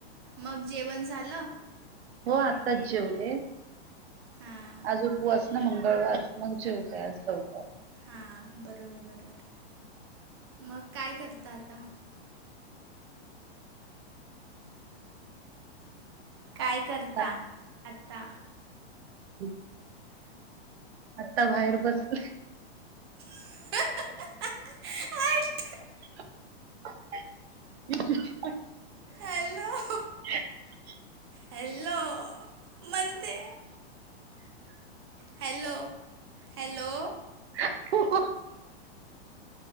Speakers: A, on the right (about 25°); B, on the right (about 75°).
A: मग जेवण झालं.
B: हो आत्ताच जेवले-आज
A: हां
B: उपवास ना मंगळवार मग जेवले आज लवकर.
A: हा बरोबर बरोबर मग काय करता आता काय करता
B: आ-
A: आता
B: <inaudible> आता बाहेर बसल.
A: <inaudible> <inaudible>
B: <inaudible>
A: हॅलो.
B: <inaudible>
A: हॅलो? म्हणते हॅलो हॅलो.
B: हो.